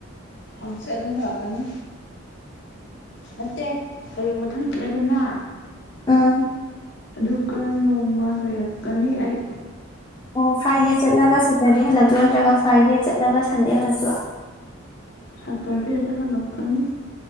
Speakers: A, on the left (about 55°); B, on the left (about 20°).
A: ꯄꯁꯦ ꯑꯗꯨꯝ ꯍꯜꯂꯛꯀꯅꯤ ꯃꯦ ꯍꯌꯦꯡ ꯃꯊꯪ ꯆꯠꯂꯗꯨꯅ
B: ꯎꯝ
A: ꯑꯗꯨꯒ ꯅꯣꯡꯃ ꯂꯩꯔꯛ ꯀꯅꯤ ꯑꯩ
B: ꯑꯣ ꯐ꯭ꯔꯥꯏꯗꯦ ꯆꯠꯂꯒ ꯁꯦꯇꯔꯗꯦ ꯍꯜꯂꯛꯇ꯭ꯔꯣ ꯅꯠꯇ꯭ꯔꯒ ꯐ꯭ꯔꯥꯏꯗꯦ ꯆꯠꯂꯒ ꯁꯟꯗꯦ ꯍꯜꯂꯛꯇꯣ
A: ꯁꯇꯔꯗꯨ ꯑꯦꯗ ꯍꯥꯂꯄꯅꯤ